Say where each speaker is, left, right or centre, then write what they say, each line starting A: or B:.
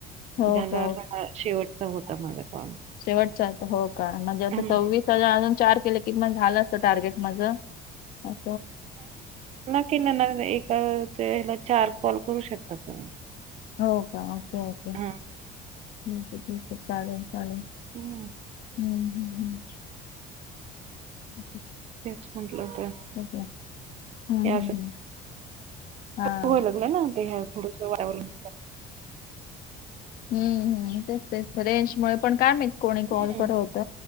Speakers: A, on the left (about 55°); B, on the right (about 40°).
A: हो
B: झाल
A: का
B: आता शेवट चा, होता माझा कॉल.
A: शेवटच होता. हो का, म्हणजे आता
B: हं.
A: सव्वीस अस अजून चार केले कि म झाल असत टार्गेट माझ. अस
B: <unintelligible> एकाचे ह्याला चार कॉल करू शकता तुम्ही.
A: हो का, ओके ओके.
B: हां.
A: ठीक आहे. ठीक आहे. चालेल चालेल.
B: हम्म
A: हम्म हम्म हम्म <inaudible>
B: तेच म्हटल आता
A: ओके हम्म,
B: <unintelligible>
A: हम्म, हम्म. हा
B: वाऱ्या वरून
A: हम्म हम्म, तेच तेच. रेंज मुळे पण काय माहित कोणी कॉल
B: हम्म
A: करत होत.